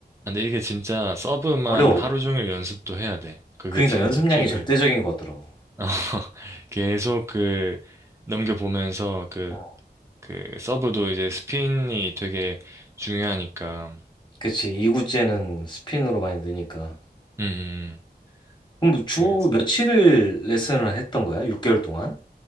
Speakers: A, on the right; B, on the left.
A: 근데 이게 진짜 서브만
B: 어려워.
A: 하루 종일 연습도 해야 돼. 그게
B: 그러니까
A: 진짜
B: 연습량이
A: 필요해.
B: 절대적인 것 같더라고.
A: <laughs> 어, 계속 그 넘겨보면서 그
B: 어.
A: 그 서브도 이제 스핀이 되게 중요하니까.
B: 그치. 이구째는 스핀으로 많이 느니까.
A: 음, 음.
B: 그럼 주
A: 그래서
B: 며칠을 레슨을 했던 거야? 6개월 동안?